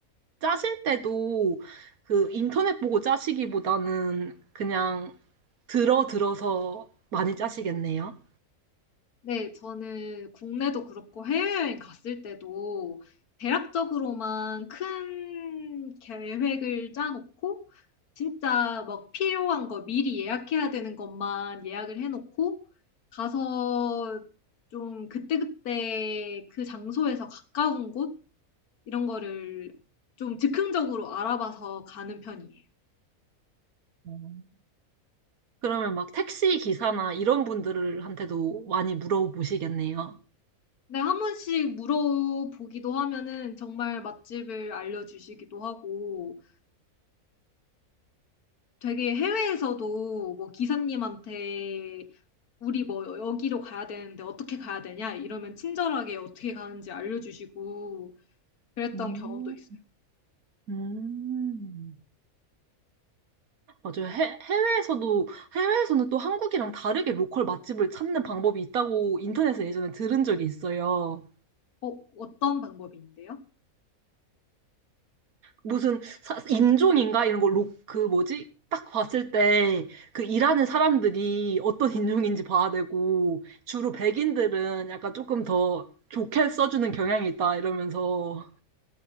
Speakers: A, on the right; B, on the left.
A: 짜실 때도 그 인터넷 보고 짜시기보다는 그냥 들어 들어서 많이 짜시겠네요.
B: 네. 저는 국내도 그렇고 해외여행 갔을 때도 대략적으로만 큰 계획을 짜 놓고 진짜 막 필요한 거 미리 예약해야 되는 것만 예약을 해 놓고 가서 좀 그때그때 그 장소에서 가까운 곳 이런 거를 좀 즉흥적으로 알아봐서 가는 편이에요.
A: 음. 그러면 막 택시 기사나 이런 분들한테도 많이 물어보시겠네요.
B: 근데 한 번씩 물어보기도 하면은 정말 맛집을 알려 주시기도 하고 되게 해외에서도 뭐 기사님한테 "우리 뭐 여기로 가야 되는데 어떻게 가야 되냐?" 이러면 친절하게 어떻게 가는지 알려주시고 그랬던
A: 음.
B: 경험도 있어요.
A: 음. 맞아요. 해, 해외에서도, 해외에서는 또 한국이랑 다르게 로컬 맛집을 찾는 방법이 있다고 인터넷에 예전에 들은 적이 있어요.
B: 어 어떤 방법인데요?
A: 무슨 사- 인종인가? 이런 거, 로, 그 뭐지? 딱 봤을 때 그 일하는 사람들이 어떤 <laughs> 인종인지 봐야 되고, 주로 백인들은 약간 조금 더 좋게 써주는 경향이 있다 이러면서